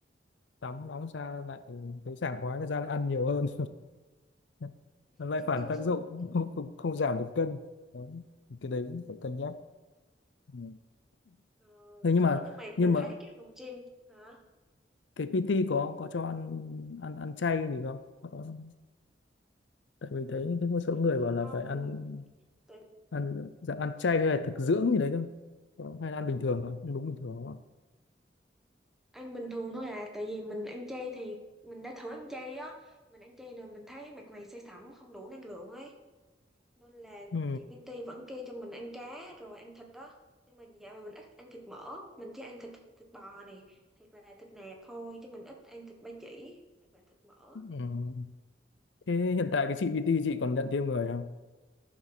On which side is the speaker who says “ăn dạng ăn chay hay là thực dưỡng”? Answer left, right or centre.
Left